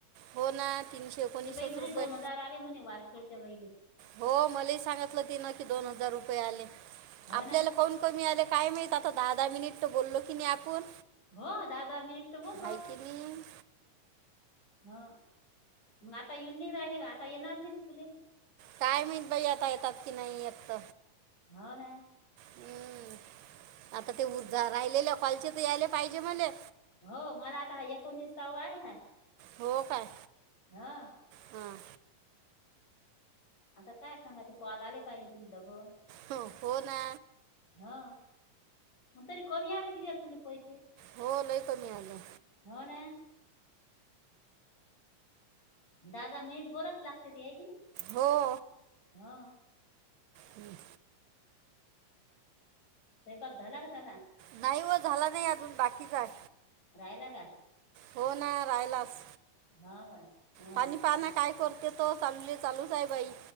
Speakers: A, on the right (about 85°); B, on the left (about 55°).
A: हो ना, तीनशे एकोणीसच
B: ते बाई म्हणे
A: रुपये.
B: दोन हजार म्हणे वारखेडच्या बाईले
A: हो मलाही सांगितलं तिन की दोन हजार रुपये आले
B: हो
A: आपल्याला
B: ना
A: काउन कमी आ काय माहित आता दहा दहा मीनट तो बोललो क नाही आपण
B: हो दहा दहा मिनिट बोललोस
A: आहे की नाही
B: ह मग आता येऊन नाही राहिले का आता येणार नाही का तुला
A: काय मात बाई आता येतात की नाही येत
B: हो ना
A: हम्म आता ते उर्धा राहिलेल्या कॉलचे तर यायला पाहिजे मला
B: हो मला आता एकोणीसावा आहे हा
A: हो काय
B: हा
A: हां
B: आता काय सांगायचे कॉल आले पाहिजे तुमला बर
A: हं, हो ना
B: हा मग तरी कमी आले प्रिया तुले पैसे
A: हो लय कमी आलं
B: होव ना दादा नीठ बोलाच लागते ती आहे की ना
A: हो.
B: हा.
A: हम्म!
B: स्वयंपाक झाला का
A: नाही व झाला नाही अजून बाकीचा आहे.
B: रहायला का
A: हो ना राहिलास
B: हो बा हो
A: पाणी पाहना
B: ना
A: काय करत ते तो चालूले चालूच आहे बाई